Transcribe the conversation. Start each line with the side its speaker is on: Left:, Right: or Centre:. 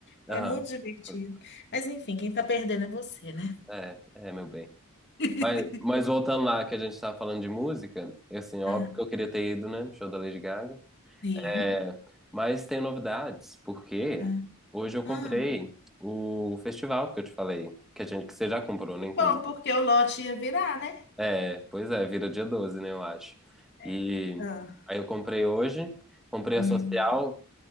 Centre: aham.
Left: É muito divertido.
Centre: Hum,
Left: Mas enfim, quem tá perdendo é você, né?
Centre: É, é, meu bem.
Left: <laughs>
Centre: Mas, mas voltando lá que a gente estava falando de música, e assim, óbvio
Left: Ah,
Centre: que eu queria ter ido, né? no Show da Lady Gaga.
Left: sim.
Centre: É, mas tem novidades, porque
Left: Ah,
Centre: hoje eu
Left: ah.
Centre: comprei o festival que eu te falei, que a gente que você já comprou, né,
Left: Que
Centre: inclusive.
Left: Bom, porque o lote ia virar, né?
Centre: É, pois é, vira dia 12, né, eu acho.
Left: É.
Centre: E
Left: Ah.
Centre: aí eu comprei hoje, comprei
Left: Hum,
Centre: a social,